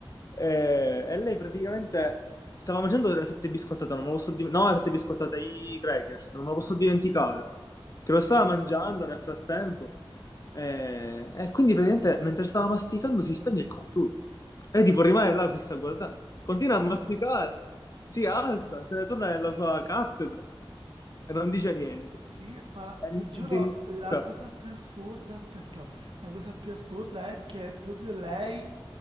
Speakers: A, on the left; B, on the right.
A: Eh, E, lei praticamente stava mangiando delle fette biscottate, non me lo posso dimenticare. No, le fette biscottate, i crackers, non me lo posso dimenticare. Che
B: sì.
A: lo stava mangiando nel frattempo. Eh, E, quindi praticamente mentre stava masticando si spegne il computer. E tipo rimane là fissa a guardare. Continua a masticare. Si alza, se ne torna nella sua cattedra e non dice niente.
B: Sì, ma la-
A: E
B: ti
A: noi
B: giuro,
A: addirittura.
B: la cosa più assurda, aspetta, la cosa più assurda è che proprio lei